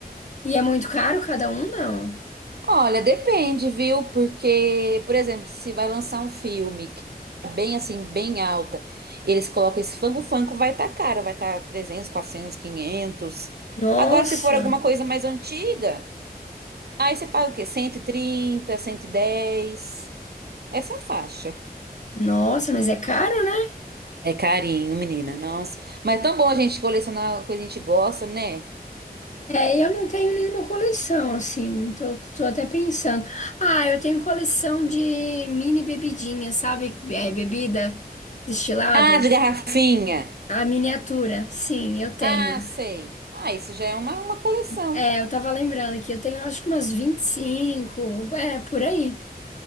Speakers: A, on the left; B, on the right.
A: E é muito caro cada um, não?
B: Olha, depende, viu? Porque, por exemplo, se vai lançar um filme que tá bem assim, bem alta, eles colocam esse fango-fango, vai tá caro, vai tá 300, 400, 500.
A: Nossa,
B: Agora, se for alguma coisa mais antiga, aí você paga o quê? Cento cento e trinta, cento e dez? essa faixa.
A: nossa, mas é caro, né?
B: É carinho, menina, nossa. Mas é tão bom a gente colecionar coisa que a gente gosta, né?
A: É, eu não tenho nenhuma coleção, assim, tô, tô até pensando. Ah, eu tenho coleção de mini bebidinha, sabe? É, bebida destilada.
B: Ah, de garrafinha.
A: A miniatura, sim, eu tenho.
B: Ah, sei. Ah, isso já é uma, uma coleção.
A: É, eu tava lembrando aqui, eu tenho acho que umas 25. é, por aí.